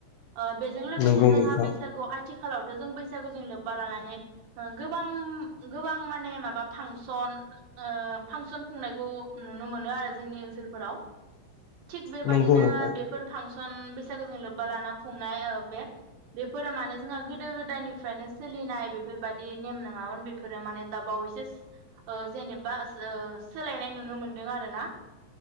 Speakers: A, on the right; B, on the left.
A: ओ बेजों लोगोसे
B: नंगौ
A: जोंहा
B: नोंथां
A: बैसागुआव आथिखालाव जों बैसागु जों लोब बा लानानै गोबां गोबां माने माबा फांसन ओ फांसन खुंनायखौ नुनो मोनो आरो जोंनि ओनसोलफोराव थिग बेबादिनो
B: नंगौ नोंथां
A: बेफोर फांसन बेसे सागोजों लोब्बा लाना खुंनाय ओ बे बेफोर माने जोंहा गोदो गोदायनिफ्रायनो सोलिनाय बेफोरबायदि बिदि नेम नङामोन बेफोरो माने दा बावैसो ओ जेनेबा ओ सोलायनाय नुनो मोनदों आरोना